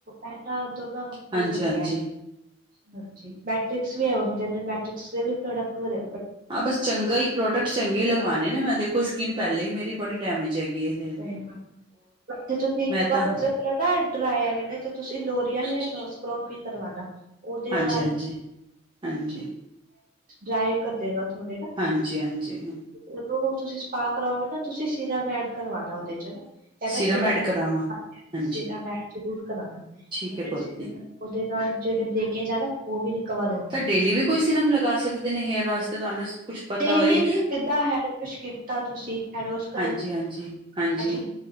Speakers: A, on the right; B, on the right.
A: ਇੰਨਾ ਦੋਨਾਂ ਕੰਪਨੀ
B: ਹਾਂਜੀ
A: ਵਧੀਆ,
B: ਹਾਂਜੀ
A: ਹਾਂਜੀ ਮੈਟ੍ਰਿਕਸ ਵੀ ਐ ਹੋਂਦੇ ਨੇ, ਮੈ੍ਰਿਕ ਦੇ ਵੀ ਪ੍ਰੋਡਕਟ ਵਧੀ
B: ਹਾਂ ਬਸ ਚੰਗਾ ਈ ਪ੍ਰੋਡਕਟ ਚੰਗੇ ਈ ਲਗਵਾਣੇ ਨੇ। ਮੈਂ ਦੇਖੋ ਸਕਿਨ ਪੈਲੇ ਈ ਮੇਰੀ ਬੜੀ ਡੈਮੇਜ ਹੈਗੀ ਜੇ।
A: ਸਈ ਗੱਲ ਆ ਏਥੋਂ ਤੁਸੀਂ ਜਿੱਦਾਂ
B: ਤਾਂ
A: ਤਰ੍ਹਾਂ ਨਾ ਡਰਾਏ ਹੈਗੇ ਨੇ ਤੇ ਤੁਸੀਂ ਲੋਰੀਅਲ
B: ਹਾਂਜੀ
A: ਜਾਂ ਸ਼ੋਰਟ ਪਰੋਫੀ ਕਰਵਾਣਾ ਓਦੇ
B: ਹਾਂਜੀ
A: ਨਾਲ
B: ਹਾਂਜੀ ਹਾਂਜੀ
A: ਡਰਾਈ ਕਰ ਦੇਗਾ ਥੋੜੇ ਨਾ-
B: ਹਾਂਜੀ ਹਾਂਜੀ
A: ਜਦੋਂ ਤੁਸੀਂ ਸਪਾ ਕਰਾਓਗੇ ਨਾ ਤੁਸੀਂ ਸਿਰਮ ਐਡ ਕਰਵਾ ਓਦੇ 'ਚ ਨਾ। ਕੈਂਦਾ
B: ਸਿਰਮ
A: ਸਿਰਾ
B: ਐਡ
A: ਮੈਂ
B: ਕਰਾਵਾਂ
A: ਹਾਂਜੀ-ਹਾਂਜੀ
B: ਹਾਂਜੀ
A: ਸਿਰਾ ਮੈਂ ਜ਼ਰੂਰ ਕਰਾਨਾ ਕੈਂਦਾ
B: ਠੀਕ
A: ਮੇਰੇ
B: ਹੈ ਪੁੱਤ
A: ਸਿਰੇ
B: ਜੀ
A: ਨਾ ਉਹਦੇ ਨਾਲ ਜਿਹੜੇ ਬਰੇਕੇਜ ਹੇਨਾ, ਉਹ ਵੀ ਰਿਕਵਰ ਹੋਣਗੇ
B: ਤਾਂ ਡੇਲੀ ਵੀ ਕੋਈ ਸਿਰਮ ਲਗਾ ਸਕਦੇ ਨੇ, ਹੇਅਰ ਵਾਸਤੇ ਤੁਹਾਨੂੰ ਕੁਛ ਪਤਾ
A: ਡੇਲੀ
B: ਹੋਏ
A: ਨੀ ਜਿੱਦਾਂ ਹੈਡ ਵਾਸ਼ ਕੀਤਾ ਤੁਸੀਂ ਹੈਂਡ ਵਾਸ਼ ਕਰਨ
B: ਹਾਂਜੀ
A: ਬਾਦਚ
B: ਹਾਂਜੀ ਹਾਂਜੀ